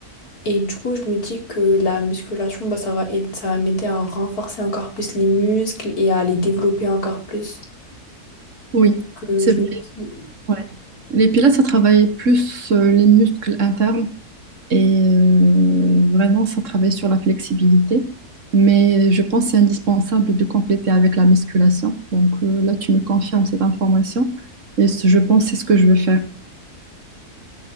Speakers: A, on the left (about 70°); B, on the right (about 55°).
A: Et du coup, je me dis que la musculation, bah, ça va aider, ça va m'aider à renforcer encore plus les muscles et à les développer encore plus.
B: Oui,
A: Que
B: c'est
A: je
B: vrai.
A: me dis-
B: ouais. Les pilates, ça travaille plus euh, les muscles internes. Et euh, vraiment, ça travaille sur la flexibilité. Mais je pense que c'est indispensable de compléter avec la musculation. Donc euh, là, tu me confirmes cette information. Et ce- je pense que c'est ce que je veux faire.